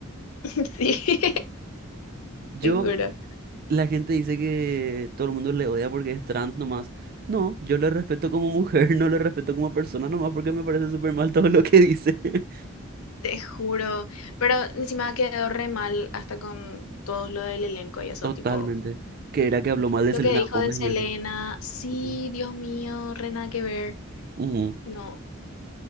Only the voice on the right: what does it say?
Yo
La gente dice que todo el mundo le odia porque es trans nomás. No, yo le respeto como mujer, <laughs> no le respeto como persona nomás porque me parece súper mal todo lo que dice. <laughs>
Totalmente.
Que era que habló mal de
Selena
Gómez
y eso.
Ujú.
Ujú.